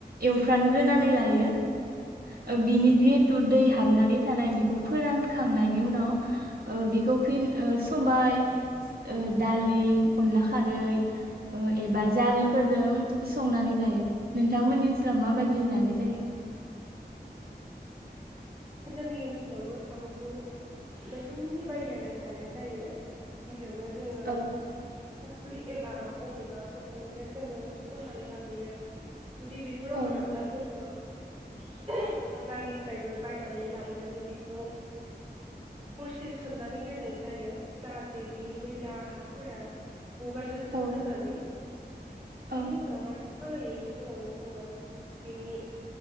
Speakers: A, on the right; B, on the right.
A: एवफ्रानग्रोनानै लायो। ओ बिनि
B: नंगौ
A: जिहेथु दै हाबनानै थानाय बेखौ फोरानखांनायनि उनाव ओ बिखौ फिन ओ सबाय ओ दालि अनला खारै ओ एबा जारिफोरजों संनानै जायो नों थांमोननि ओनसोलाव माबायदि जानाय जायो
B: जोंनि ओनसोलावबो साम'खौ नोंथांमोननि बायदियानो जानाय जायो गिबियावनो जोङो
A: औ
B: फुख्रि एबा अबेबा फोथारनिफ्राय जोङो खननानै लाबोयो। जुदि बेफोराव
A: औ
B: मोनाब्ला जोङो <unintelligible> बाजारनिफ्रायबो बायनानै लाबोनानै बेखौ हरसे सोमनानै दोननाय जायो जाहाथे बिनि मैला हाफोरा गगारजोबथों
A: औ
B: होननानै
A: औ
B: बिनि उनावहाय खानायै फुङावनो जोङो बिनि